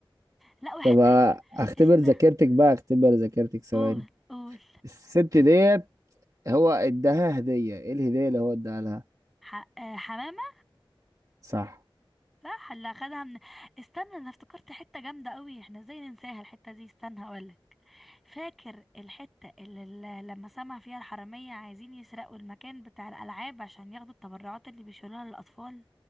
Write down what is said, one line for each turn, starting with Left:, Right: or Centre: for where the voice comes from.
Centre: لا وحتى
Right: طب اختبر
Centre: است
Right: ذاكرتك بقى اختبر ذاكرتك ثواني
Centre: قول قول
Right: الست ديت هو اداها هدية ايه الهدية اللي هو اداها لها
Centre: ح... آه، حمامة
Right: صح
Centre: صح اللي اخدها من استنى انا افتكرت حتة جامدة قوي احنا ازاي ننساها الحتة دي استنى هقولك فاكر الحتة اللي ال- لما سمع فيها الحرامية عايزين يسرقوا المكان بتاع الألعاب عشان ياخدوا التبرعات اللي بيشيلوها للأطفال